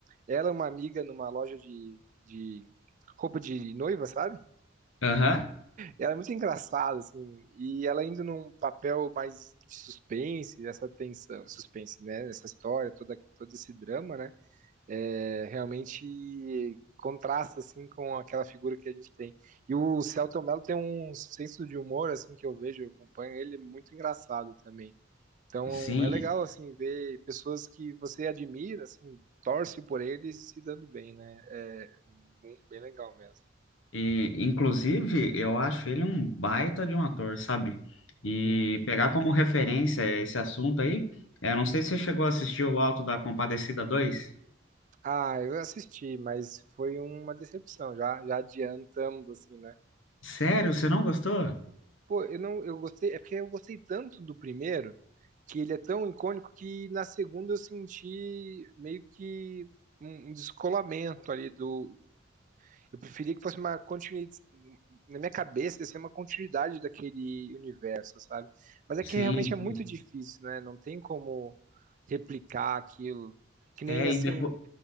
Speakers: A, on the right (about 40°); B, on the left (about 85°).
A: ela é uma amiga numa loja de, de roupa de noiva, sabe?
B: aham,
A: Ela é muito engraçada, assim, e ela indo num papel mais de suspense, dessa tensão, suspense, né? Essa história, toda, todo esse drama, né? É, realmente contrasta, assim, com aquela figura que a gente tem. E o Celton Mello tem um senso de humor, assim, que eu vejo, eu acompanho ele, muito engraçado também. Então
B: sim.
A: é legal assim ver pessoas que você admira, assim, torce por eles e se dando bem, né? É bem bem legal mesmo.
B: E, inclusive, eu acho ele um baita de um ator, sabe? E
A: Uhum.
B: pegar como referência esse assunto aí, eu não sei se você chegou a assistir O Alto da Compadecida dois
A: Ah, eu assisti, mas foi uma decepção, já, já adiantando assim, né?
B: Sério, você não gostou?
A: Pô, eu não, eu gostei, é porque eu gostei tanto do primeiro que ele é tão icônico que na segunda eu senti meio que um um descolamento ali do, Eu preferia que fosse uma continuidade. Na minha cabeça, ia ser uma continuidade daquele universo, sabe? Mas é
B: Sim,
A: que realmente
B: sim.
A: é muito difícil, né? Não tem como replicar aquilo. Que nem
B: É,
A: assim,
B: e depois.